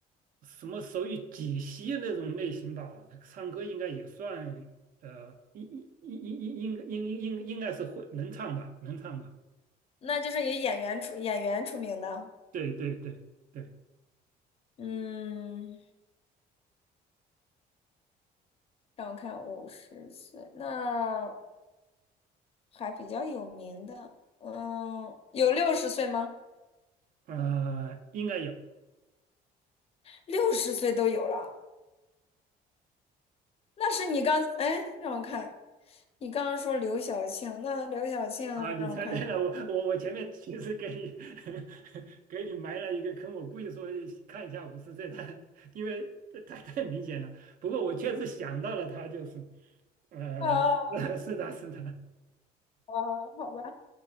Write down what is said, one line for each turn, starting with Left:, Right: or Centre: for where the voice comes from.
Right: 什么手语解析那种类型吧，唱歌应该也算，呃，应应应应应应应应该是会能唱吧，能唱吧，
Left: 那就是以演员出演员出名的。
Right: 对对对对，
Left: 嗯，让我看，五十岁，那还比较有名的。嗯，有六十岁吗？
Right: 啊、应该有
Left: 六十岁都有了，那是你刚，哎，让我看，你刚刚说刘晓庆，那刘晓庆，
Right: 啊，你猜对了，
Left: 让我看，
Right: 我我我前面其实给你 <laughs> 给你埋了一个坑，我故意说看一下五十岁他，因为他太明显了，不过我确实想到了他就是，呃，
Left: 哦，
Right: <laughs> 是的是的。
Left: 哦，好吧，